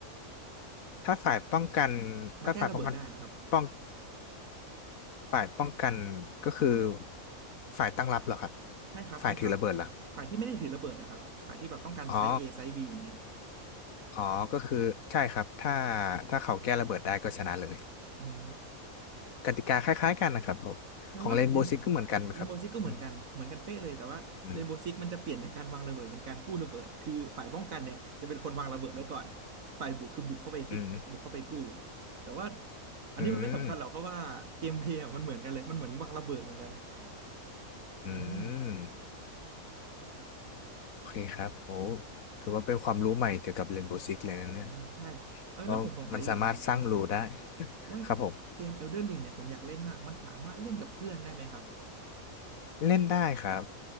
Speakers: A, on the left; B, on the right.
A: ถ้าฝ่ายป้องกัน
B: มาแก้ระเบิดได้นะครับ
A: ถ้าฝ่ายป้องกันป้องฝ่ายป้องกันก็คือฝ่ายตั้งรับเหรอครับ
B: ใช่ครับใช่ครับ
A: ฝ่ายถือระเบิดเหรอ
B: ฝ่ายที่ไม่ได้ถือระเบิดนะครับฝ่ายที่แบบต้องการไซส์
A: อ๋อ
B: A ไซส์ B อย่างเงี้ย
A: อ๋อก็คือใช่ครับถ้าถ้าเขาแก้ระเบิดได้ก็ชนะเลย
B: อ๋อ
A: กติกาคล้ายๆกันนะครับผมของเรนโบว์ซิกก็เหมือนกันไหมครับอืม
B: แสดงว่าเรนเรนโบว์ซิกก็เหมือนกันเหมือนกันเป๊ะเลยแต่ว่าเรนโบว์ซิกมันจะเปลี่ยนจากการวางระเบิดเป็นการกู้ระเบิดคือฝ่ายป้องกันเนี่ยจะเป็นคนวางระเบิดไว้ก่อน
A: อ
B: ฝ่ายบุกคือบุกเข้าไปที่บุกเข้าไปกู้
A: ืม
B: แต่ว่าอันนี้มันไม่สำคัญหรอกเพราะว่าเกมเพลย์อะมันเหมือนกันเลยมันเหมือนวางระเบิดเหมือนกัน
A: อืมอืมอืม
B: อ่า
A: โอเคครับโอ้ถือว่าเป็นความรู้ใหม่เกี่ยวกับเรนโบว์ซิกเลยนะเนี่ย
B: อ่าใช่เออแล้วผมสงสัยอยู่อย่างหนึ่งนะครับ
A: ว่ามันสามารถสร้างรูได้ <laughs>
B: ว่า
A: ครับผม
B: เกม Elden Ring เนี่ยผมอยากเล่นมากมันสามารถเล่นกับเพื่อนได้ไหมครับ
A: เล่นได้ครับ